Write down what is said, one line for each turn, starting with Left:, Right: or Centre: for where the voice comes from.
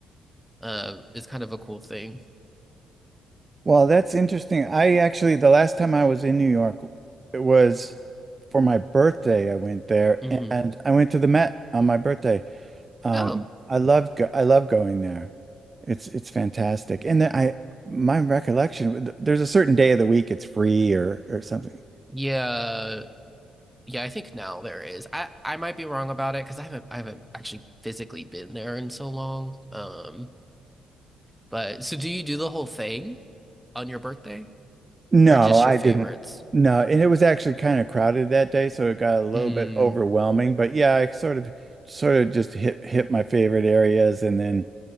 Centre: Um, is kind of a cool thing.
Right: Well, that's interesting. I actually, the last time I was in New York, it was for my birthday. I went there
Centre: hmm
Right: and I went to the Met on my birthday. Um,
Centre: Oh
Right: I love go I love going there. It's it's fantastic. And then I my recollection, th- there's a certain day of the week it's free or or something.
Centre: yeah, yeah. I think now there is. I I might be wrong about it because I haven't I haven't actually physically been there in so long. Um, but so do you do the whole thing on your birthday
Right: No,
Centre: or just
Right: I
Centre: your favorites?
Right: didn't. No, and it was actually kind of crowded that day, so it got a little
Centre: Mm,
Right: bit overwhelming. But yeah, I sort of sort of just hit hit my favorite areas and then,